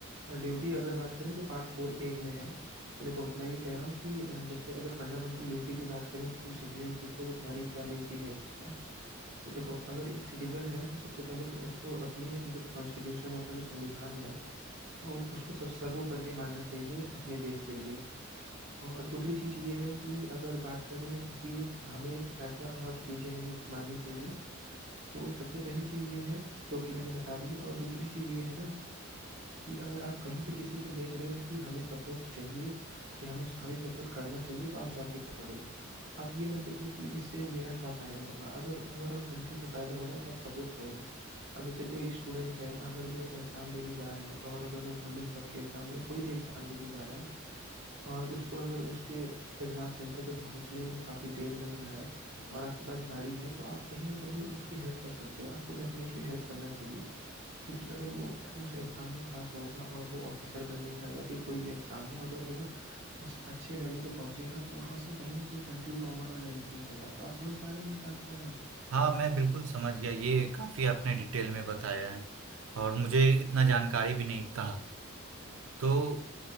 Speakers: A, on the right; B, on the right.
A: ड्यूटी अगर बात करें तो पार्ट फोर ए में है तो देखो मैं ये कह रहा हूँ कि अ, जैसे अगर फंडामेंटल ड्यूटी की बात करें कि तुम सिटीजनशिप हो तो तुम्हारी क्या ड्यूटी है तो देखो अगर एक सिटीजन है तो सबसे पहले तो उसको अपने जो कॉन्स्टिट्यूशन है अपना जो संविधान है अ, उसको सब सर्वोपरि मानना चाहिए अपने देश के लिए और दूसरी चीज ये है कि अगर बात करें कि हमें क्या क्या और चीजें हैं जो कि माननी चाहिए तो सबसे पहली चीज ये है जो कि मैंने बता दी और दूसरी चीज ये है ना कि अगर आप कहीं पे किसी को देख रहे हो कि हमें सपोर्ट चाहिए अरे हम उस हमें सपोर्ट करना चाहिए तो आप जाके करो आप ये मत देखो कि इससे मेरा क्या फायदा होगा अगर ओवरऑल कंट्री का फायदा हो रहा है तो आप सपोर्ट करो अब जैसे कोई स्टूडेंट है अगर वो एग्जाम देने जा रहा है और अगर वो गवर्नमेंट जॉब की एग्जाम या कोई भी एग्जाम देने जा रहा है और उसको अगर उसके एग्जाम सेंटर पे पहुंचने में काफी देर लग रहा है और आपके पास गाड़ी है तो आप कहीं ना कहीं उसकी हेल्प कर सकते हो और आपको डेफिनेटली हेल्प करना चाहिए क्योंकि अगर वो उस एग्जाम में पास होगा और वो ऑफिसर बनेगा या फिर कोई भी एग्जाम हो अगर वो उस अच्छे लेवल पे पहुंचेगा तो वहां से कहीं ना कहीं कंट्री का ओवरऑल डेवलपमेंट होगा तो आप समझ पा रहे हैं मैं क्या कह रहा हूँ
B: हाँ मैं बिल्कुल समझ गया ये काफी आपने डिटेल में बताया है और मुझे इतना जानकारी भी नहीं था तो